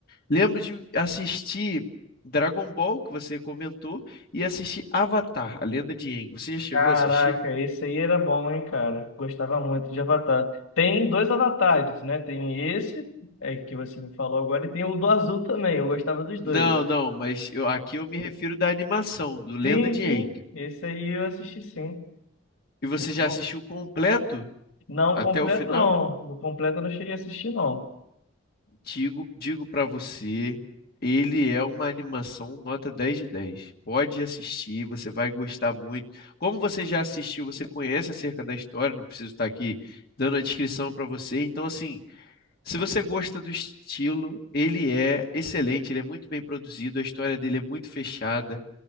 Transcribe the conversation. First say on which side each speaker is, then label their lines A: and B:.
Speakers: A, on the left; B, on the left.
A: lembro de assistir Dragon Ball, que você comentou, e assistir Avatar, A Lenda de Aang. Você já chegou
B: Caraca,
A: a assistir?
B: esse aí era bom, hein, cara? Gostava muito de Avatar. Tem dois avatares, né? Tem esse é, que você me falou agora e tem o do azul também. Eu gostava dos
A: Não,
B: dois.
A: não, mas eu, aqui eu me refiro da animação, do Lenda
B: Sim,
A: de
B: sim.
A: Aang.
B: Esse aí eu assisti sim.
A: E você
B: Muito
A: já
B: bom.
A: assistiu completo
B: Não
A: até
B: completo,
A: o final?
B: não. No completo eu não cheguei a assistir, não.
A: Digo, digo para você, ele é uma animação nota 10 de dez Pode assistir, você vai gostar muito. Como você já assistiu, você conhece acerca da história, não preciso estar aqui dando a descrição para você. Então, assim, se você gosta do estilo, ele é excelente, ele é muito bem produzido, a história dele é muito fechada.